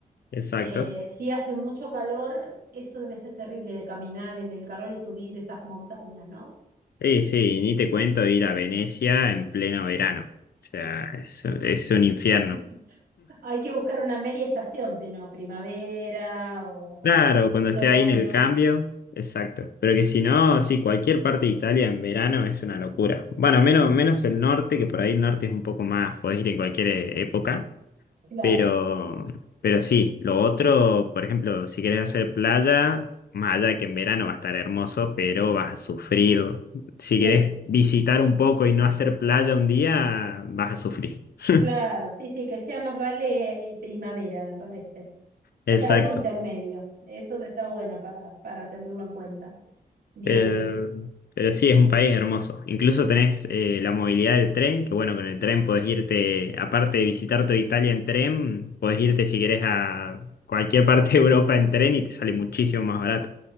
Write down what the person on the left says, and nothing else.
Exacto.
Sí, sí, ni te cuento ir a Venecia en pleno verano. O sea, es, es un infierno.
Claro, cuando
esté ahí en el cambio, exacto. Pero que si no, sí, cualquier parte de Italia en verano es una locura. Bueno, menos, menos el norte, que por ahí el norte es un poco más, podés ir en cualquier eh, época,
pero, pero sí, lo otro, por ejemplo, si querés hacer playa, más allá de que en verano va a estar hermoso, pero vas a sufrir. Si
querés visitar un poco y no hacer playa un día, vas a sufrir. <laughs>
Exacto.
Pero, pero sí, es un país hermoso. Incluso tenés eh, la movilidad del tren, que bueno, con el tren podés irte, aparte de visitar toda Italia en tren, podés irte si querés a cualquier parte de Europa en tren y te sale muchísimo más barato.